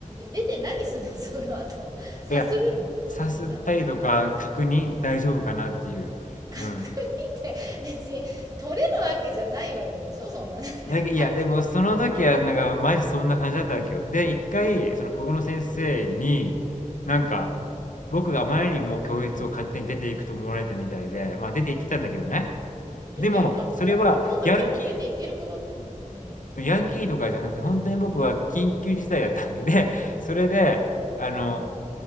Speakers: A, on the right; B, on the left.
A: 出て何するの <laughs> その後。さするのな、
B: いや、さすったりとか確認大丈夫かなっていう。
A: な、確認
B: うん。
A: って別に取れるわけじゃないわけでしょそんな、なんか確認。
B: だけいや、でもその時は、なんか、マジそんな感じだったわけよ。で、一回、そのここの先生に、なんか、
A: うん。
B: 僕があまりにも教室を勝手に出ていくと思われたみたいで、まあ出て行ってたんだけどね。
A: 出て、
B: でも、
A: えあ、
B: それはヤンキ
A: そ、そんな結構出ていける子だったんだ。うん。
B: ー、ヤンキーとかじゃなくて、本当に僕は緊急事態だったわけで、それで、
A: うん。
B: あの、
A: うん。